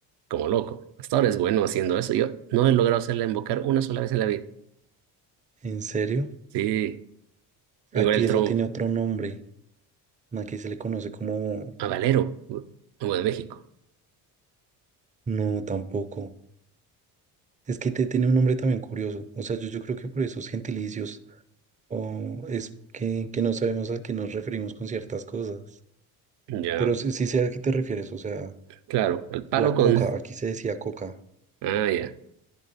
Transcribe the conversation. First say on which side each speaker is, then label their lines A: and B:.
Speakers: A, on the right (about 65°); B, on the right (about 20°).
A: como loco. Hasta ahora es bueno haciendo eso. Yo no he logrado hacerla embocar una sola vez en la vida.
B: ¿En serio?
A: Sí,
B: Aquí
A: igual el trompo,
B: eso tiene otro nombre. Aquí se le conoce como...
A: a Valero, como de México.
B: No, tampoco. Es que te tiene un nombre también curioso. O sea, yo, yo creo que por esos gentilicios o es que, que no sabemos a qué nos referimos con ciertas cosas.
A: Ya,
B: Pero sí, sí sé a qué te refieres, o sea,
A: claro, al palo
B: la coca,
A: con...
B: aquí se decía coca.
A: Ah, ya,